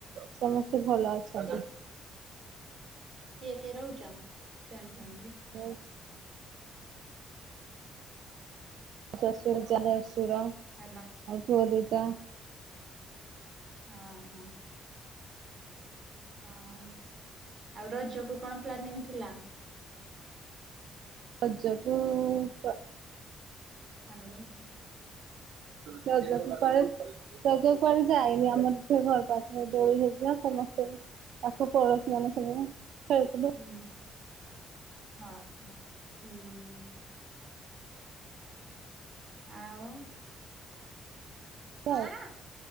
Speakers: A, on the right; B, on the right.
A: ସମସ୍ତେ ଭଲ ଅଛୁ।
B: କିଏ କିଏ କିଏ ରହୁଛ? ଜଏଣ୍ଟ ଫ୍ୟାମିଲି
A: <unintelligible> ଶଶୁର <inaudible> ଅସୁର।
B: ହାଲା।
A: ପୁଅ ଦିଇଟା।
B: ହଁ ହଁ। ହଁ ଆଉ ରଜ କୁ କଣ ପ୍ଲାନିଂ ଥିଲା?
A: ରଜ କୁଉ କୁଆ
B: ହ୍ୟାଲୋ।
A: ରଜ କୁ କୁଆଡ଼େ ରଜ କୁ କୁଆଡ଼େ ଯାଇନି ଆମର ତ ଘର ପାଖରେ ଦୋଳି ହେଇଥିଲା ସମସ୍ତେ ପାଖ ପଡୋଶୀ ମାନେ ସବୁ ଖେଳୁଥିଲୁ।
B: ହୁଁ। ହଁ ହୁଁ। ଆଉ କଣ
A: ଆଉ